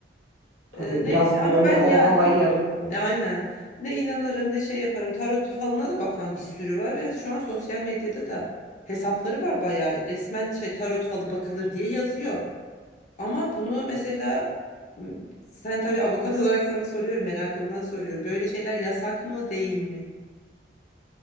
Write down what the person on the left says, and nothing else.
E, neyse
ama
ben
ya
hiç
e, aynen ne inanırım ne şey yaparım tarot falına da bakan bir sürü var ve şu an sosyal medyada da hesapları var bayağı resmen şey tarot falı bakılır diye yazıyor. Ama bunu mesela m, sen tabii avukat <laughs> olarak sana soruyorum merakımdan soruyorum böyle şeyler yasak mı değil mi?